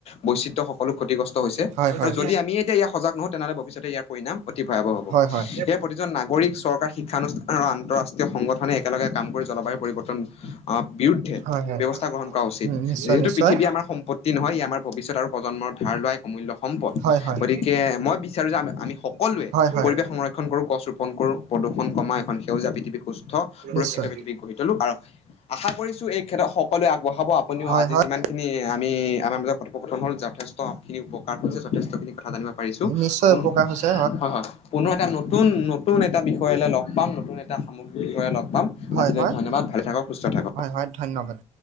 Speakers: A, on the left; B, on the right.
A: বৈচিত্ৰ্য সকলো ক্ষতিগ্ৰস্ত হৈছে,
B: চ'
A: আৰু যদি আমি এতিয়া ইয়াৰ সজাগ নহওঁ তেনেহ'লে ভৱিষ্যতে ইয়াৰ পৰিণাম অতি ভয়াৱহ হব।
B: হয় হয়
A: সেয়ে প্ৰতিজন নাগৰিক চৰকাৰ শিক্ষানুষ্ঠান আৰু আন্তঃৰাষ্ট্ৰীয় সংগঠনে একেলগে কাম কৰি জলবায়ু পৰিৱৰ্তন বিৰুদ্ধে
B: হয় হয়
A: ব্যৱস্থা গ্ৰহণ কৰা উচিত
B: উম নিশ্চয়
A: যিহেতু
B: নিশ্চয়।
A: পৃথিৱী আমাৰ সম্পত্তি নহয় ই আমাৰ ভৱিষ্যত আৰু প্ৰজন্মৰ ধাৰ লোৱা এক অমূল্য সম্পদ।
B: হয় হয়।
A: গতিকে মই বিচাৰো যে আমি সকলোৱে
B: হয় হয়।
A: পৰিৱেশ সংৰক্ষণ কৰো গছ ৰোপন কৰো প্ৰদূষণ কমাই এখন সেউজীয়া পৃথিৱী সুস্থ সুৰক্ষিত
B: নিশ্চয়।
A: পৃথিৱী গঢ়ি তুলো আৰু আশা কৰিছো এই ক্ষেত্ৰত সকলোৱে আগবঢ়াব
B: হয়
A: আজি
B: হয়।
A: যিমানখিনি আমি আমাৰ মাজত কথোপকথন হ'ল যথেষ্ট খিনি উপকাৰ হৈছে। যথেষ্টখিনি কথা জানিব পাৰিছোঁ।
B: নিশ্চয়
A: হয়,
B: উপকাৰ হৈছে
A: হয়, পুনৰ এটা নতুন, নতুন এটা বিষয় লগ পাম, নতুন এটা সামগ্ৰিক বিষয়ে লগ পাম।
B: হয়
A: আজিলৈ
B: হয়।
A: ধন্যবাদ। ভালে থাকক সুস্থ থাকক
B: হয়, হয় ধন্যবাদ।